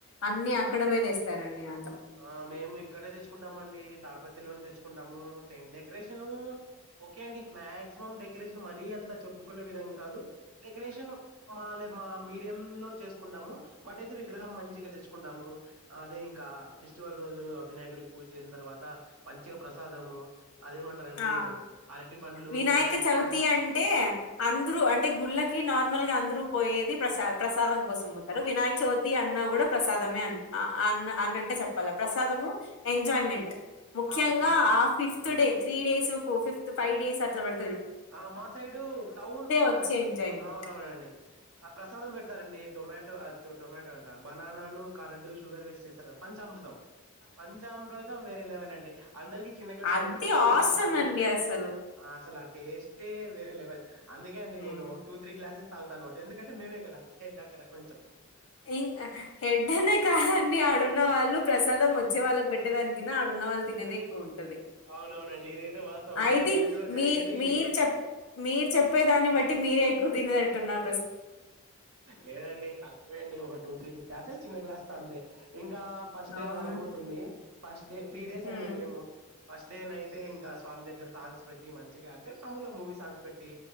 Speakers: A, on the left (about 80°); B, on the right (about 80°).
A: అన్ని అక్కడ పోయి తెస్తారండి అ
B: ఆ మేము ఇక్కడే తెచ్చుకుంటామ అండి తాడిపత్రిలోనే తెచ్చుకుంటాము డెకరేషన్ ఓకే అండి మాక్సిమం డెకరేషన్ మరీ అంత చెప్పుకునే విధంగా కాదు డెకరేషన్ మ మా మీడియం లో చేసుకుంటాము బట్ అయితే విగ్రహం మంచిగా తెచ్చుకుంటాము అదే ఇంకా ఫెస్టివల్ రోజు అ వినయకుడికి పూజ చేసిన తర్వాత పంచగ ప్రసాదము అదేమంటారండి
A: ఆ
B: అరటి పండ్లు
A: వినాయక
B: చక్కెర
A: చవితి అంటే అందరు అంటే గుళ్ళకి నార్మల్ అందరూ పోయేది ప్రసా ప్రసాదం కోసం పోతారు వినాయక చోవితి అన్న కూడ ప్రసాదమే అ ఆ అన్నట్ చెప్పాల ప్రసాదము ఎంజాయ్మెంట్ ముఖ్యంగా
B: ఆ ప్రస్
A: ఆ ఫిఫ్త్
B: ఆ
A: డే త్రీ డే ఫో ఫిఫ్త్ ఫైవ్ డేస్ అట్ల పెడ
B: ఆ మా సైడు టౌన్
A: వచ్చే
B: నా
A: ఎంజాయ్మెంట్
B: అవునవునండి ఆ ప్రసాదం పెడతారండి టొమాటో అ టొమాటో అంట బనానాను కరడ్డు షుగర్ వేసి చేస్తరు కదా పంచామృతం పంచామృతం వేరే లేవెలండి అందరికి చిన్న గ్లాస్
A: అది
B: లో ఒకటె గ్లాస్
A: ఆసమ్
B: ఇస్తాము
A: అండి అసలు
B: అసలు అ టెస్ట్ ఏ వేరే లెవెల్, అందుకే అండి
A: మ్మ్
B: నేను టూ, త్రీ గ్లా గ్యాసెస్ <unintelligible> ఎందుకు అంటె మేమే కదా హెడ్ అక్కడ కొంచం.
A: ఇంగ్ ఆ హెడ్ అనే కాదండి, ఆడున్న వాళ్ళు ప్రసాదం వచ్చే వాళ్ళకి పెట్టేదాని కన్నా ఆడున్నవాళ్ళు తినేదే ఎక్కువ ఉంటది.
B: అవునవునండి ఇదైతే వాస్తవం వినాయక
A: ఐథింక్,
B: చవితిలో
A: మీ
B: జరిగేదే ఇది
A: మీరు చెప్ మీరు చెప్పే దాన్ని బట్టి మీర్. ఎక్కు తినే టట్టున్నం.
B: లేదండి తక్. లెండి. ఒక టూ, త్రీ గ్లాసెస్, చిన్న గ్లాస్ తో అంతే. ఇంక్ గా ఫస్ట్ డే
A: అవునా
B: అలా అయిపోతుంది. ఫష్. ఏ, త్రీ డేస్ అండి
A: ఉమ్
B: మేము. ఫస్ట్ డే నైటే ఇంకా స్వామి దగ్గర సాంగ్స్ పెట్టి మంచిగా అంటే, మాముల మూవీస్ సాంగ్స్ పెట్టి